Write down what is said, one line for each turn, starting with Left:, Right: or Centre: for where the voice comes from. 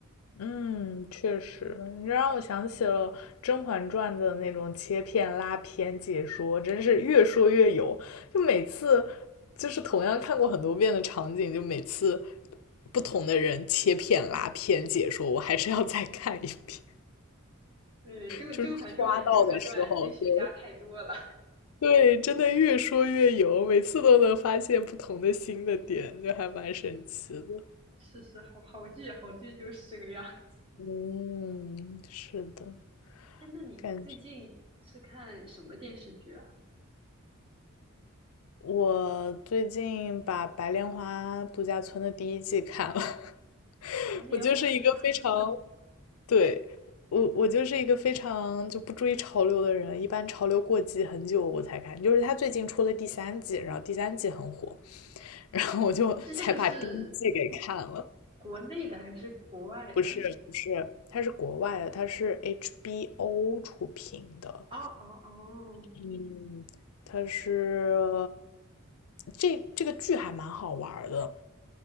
Left: 嗯，确实，你让我想起了《甄嬛传》的那种切片拉片解说，真是越说越有。就每次就是同样看过很多遍的场景，就每次不同的人切片拉片解说，我还是要再看一遍。
Right: 对，《甄甄嬛传》《甄嬛传》甄学家太多了，
Left: 就是刷到的时候，对对，真的越说越有，每次都能发现不同的新的点，就还蛮神奇的。
Right: <laughs> 是是，好好剧好剧就是这个样。<laughs>
Left: 嗯，是的，
Right: 哎，那你最近是看什么电视剧啊？
Left: 感觉。我最近把《白莲花度假村》的第一季看了，<laughs>
Right: 白莲花度假村，
Left: 我就是一个非常，对，我我就是一个非常就不追潮流的人，一般潮流过季很久我才看，就是他最近出了第三季，然后第三季很火，然后我就
Right: 这这个是
Left: <laughs> 才把第一季给看了。
Right: 国内的还是国外的？
Left: 不是不是，它是国外的，它是 HBO 出品的，
Right: 哦哦哦
Left: 嗯，它是这这个剧还蛮好玩儿的。